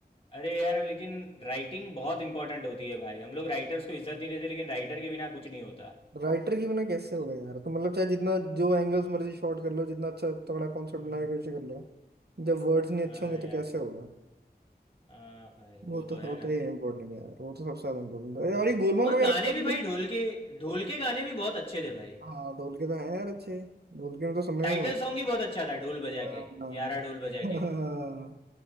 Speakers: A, on the left (about 35°); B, on the right (about 70°).
A: अरे यार लेकिन राइटिंग बहुत इंपॉर्टेंट होती है भाई हम लोग राइटर्स को इज्जत नहीं देते लेकिन राइटर के बिना कुछ नहीं होता
B: राइटर की बिना कैसे होगा यार तो मतलब चाहे जितना जो एंगल्स
A: हम्म,
B: मर्जी शॉट कर लो जितना अच्छा तगड़ा कॉन्सेप्ट
A: हम्म।
B: बनाने की कोशिश कर लो जब वर्ड्स नहीं
A: हाँ
B: अच्छे होंगे
A: यार
B: तो कैसे होगा
A: हाँ भाई
B: वो
A: वो
B: तो
A: तो है
B: होता
A: ना
B: ही है इम्पोर्टेंट यार वो तो सबसे ज्यादा इम्पोर्टेंट है
A: हाँ
B: और ये गोलमाल
A: और
B: वगैरह
A: गाने
B: भी सब
A: भी भाई
B: मिले।
A: ढोल के ढोल के गाने भी बहुत अच्छे थे भाई
B: हाँ ढोल के तो है यार अच्छे ढोल के में तो सुनने
A: टाइटल
B: में बहुत
A: सॉन्ग ही बहुत अच्छा था ढोल बजा
B: हाँ
A: के यारा ढोल बजा
B: हाँ।
A: के